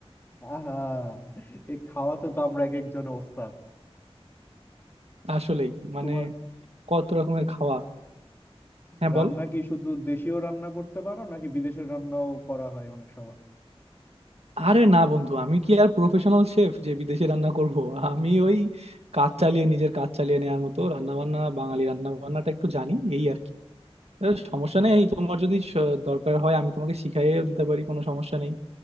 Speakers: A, on the left (about 20°); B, on the right (about 75°).
A: আহা এই খাওয়াতে তো আমরা এক একজনে ওস্তাদ
B: আসলেই মানে
A: তোমার
B: কত রকমের খাওয়া হ্যাঁ
A: রান্না
B: বল
A: কি শুধু দেশীয় রান্না করতে পারো নাকি বিদেশের রান্নাও করা হয় অনেক সময়
B: আরে না বন্ধু আমি কি আর প্রফেশনাল শেফ যে বিদেশে রান্না করব আমি ওই কাজ চালিয়ে নিজের কাজ চালিয়ে নেওয়ার মতো রান্না বান্না বাঙালি রান্না বান্নাটা একটু জানি এই আর কি এর সমস্যা নেই এই তোমার যদি স- দরকার হয় আমি তোমাকে শিখাইয়েও দিতে পারি কোনো সমস্যা নেই